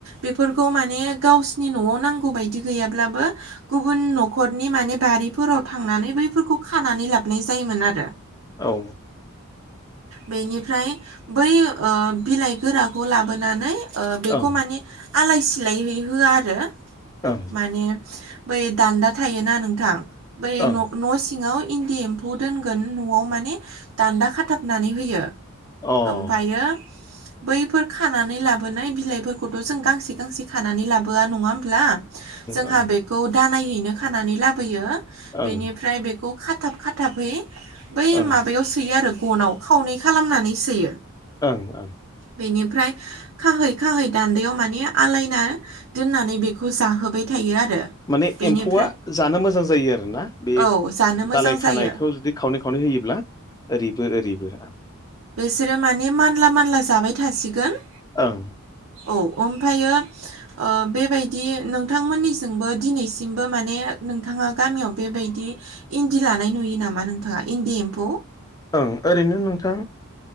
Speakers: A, on the right; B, on the left.
A: बेफोरखौ माने गावसिनि न'आव नांगौ बायदि गैयाब्लाबो गुबुन न'खरनि माने बारिफोराव थांनानै बैफोरखौ खानानै लाबनाय जायोमोन आरो
B: औ
A: बेनिफ्राय बै ओ बिलाइ गोराखौ लाबोनानै ओ बेखौ
B: ओं
A: माने आलाय सिलाय हैै होआ आरो
B: ओं
A: माने बै दान्दा। थायोना नोंथां बै
B: ओं
A: न'न' सिङाव। इन्दि एम्फौ दोनगोन न'आव माने दान्दा खाथाबनानै होयो।
B: अ ओं
A: ओफायो। बैफोर खानानै लाबोनाय बिलाइफोरखौथ' जों गांसे गांसे खानानै लाबोआ नङा होनबा। ला जोंहा
B: ओं
A: बेखौ दानायैनो खानानै लाबोयो
B: ओं
A: बेनिफ्राय बेखौ खाथाब खाथाबहै बै
B: ओं
A: माबायाव सोयो आरो गनाव खावनै खालामनानै सोयो।
B: ओं ओं।
A: बेनिफ्राय खाहै खाहै दानदायाव माने आलायना दोननानै बेखौ जाहोबाय थायो आरो।
B: माने
A: बेनिफ्राय
B: एम्फौआ। जानो मोजां जायो आरोना बे
A: औ जानो मोजां
B: दालाय
A: जायो
B: खानायखौ जुदि खावनै खावनै होयोब्ला। ओरैबो ओरैबो आं।
A: बेसोरो माने मानला मानला जाबाय थासिगोन।
B: ओं।
A: औ ओमफायो ओ बेबायदि नोंथांमोननिजोंबो दिनैसिमबो माने। नोंथाङा गामियाव बेबायदि इन्दि लानाय नुयो नामा नोंथाङा इन्दि एम्फौ।
B: ओं ओरैनो नोंथां